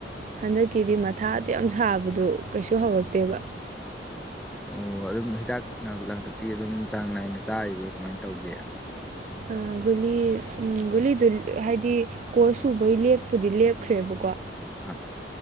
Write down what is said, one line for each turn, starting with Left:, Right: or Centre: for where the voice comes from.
Right: ꯍꯟꯗꯛꯀꯤꯗꯤ ꯃꯊꯥ ꯑꯗꯨꯛ ꯌꯥꯝ ꯁꯥꯕꯗꯣ ꯀꯩꯁꯨ ꯍꯧꯔꯛꯇꯦꯕ꯫
Centre: ꯑꯣ ꯑꯗꯨꯝ ꯍꯤꯗꯥꯛ ꯂꯥꯡꯊꯛꯇꯤ ꯑꯗꯨꯝ ꯆꯥꯡ ꯅꯥꯏꯅ ꯆꯥꯔꯤꯕ꯭ꯔꯣ ꯀꯃꯥꯏꯅ ꯇꯧꯒꯦ꯫
Right: ꯑꯥ ꯒꯨꯂꯤ ꯒꯨꯂꯤꯗꯨ ꯍꯥꯏꯗꯤ꯫ ꯀꯣꯔꯁ ꯁꯨꯕꯩ ꯂꯦꯛꯞꯄꯨꯗꯤ ꯂꯦꯞꯈ꯭ꯔꯦꯕꯀꯣ꯫
Centre: ꯑꯥ꯫